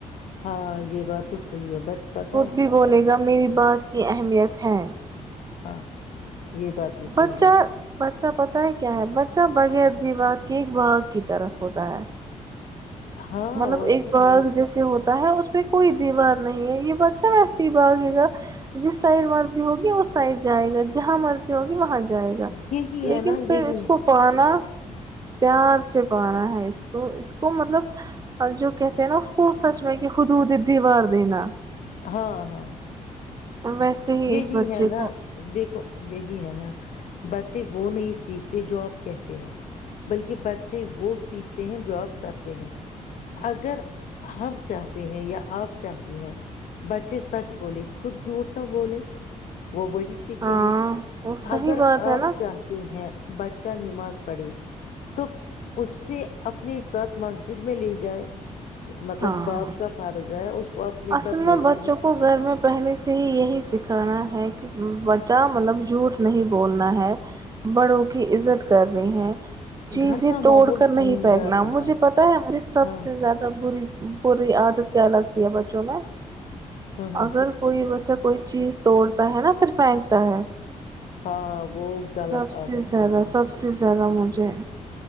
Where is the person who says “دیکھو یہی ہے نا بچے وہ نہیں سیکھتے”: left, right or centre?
Left